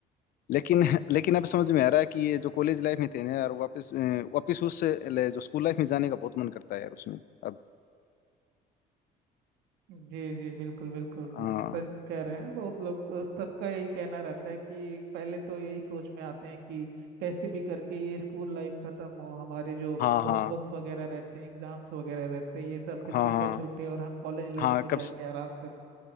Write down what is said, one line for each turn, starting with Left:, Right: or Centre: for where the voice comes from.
Left: लेकिन लेकिन अब समझ में आ रहा है कि ये जो कॉलेज लाइफ में थे ना यार वापस अ, वापस उस ले- जो स्कूल लाइफ में जाने का बहुत मन करता है यार उसमें अब
Right: जी जी बिल्कुल बिल्कुल वो
Left: हाँ
Right: सच कह रहे हैं बहुत लोग अ, सबका यही कहना रहता है कि पहले तो यही सोच में आते हैं कि कैसे भी करके ये स्कूल लाइफ खत्म हो हमारे जो
Left: हाँ हाँ
Right: होमवर्क्स वगैरह रहते हैं एग्जाम्स वगैरह रहते हैं ये सब से
Left: हाँ
Right: पीछा
Left: हाँ
Right: छूटे और हम कॉलेज लाइफ
Left: हाँ
Right: में
Left: कब
Right: जाके
Left: से-
Right: आराम करें